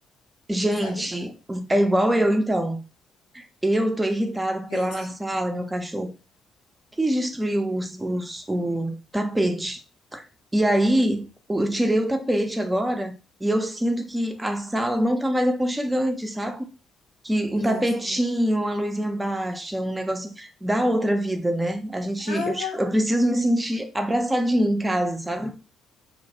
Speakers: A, on the right; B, on the left.
A: Gente,
B: sabe?
A: é igual eu, então. Eu tô irritada porque
B: É
A: lá
B: isso.
A: na sala meu cachorro quis destruir o, o, o tapete. E aí o- eu tirei o tapete agora e eu sinto que a sala não tá mais aconchegante, sabe? Que um
B: Nossa.
A: tapetinho, uma luzinha baixa, um negocinho dá outra vida, né? A gente,
B: Ah,
A: eu, eu preciso me sentir abraçadinha em casa, sabe?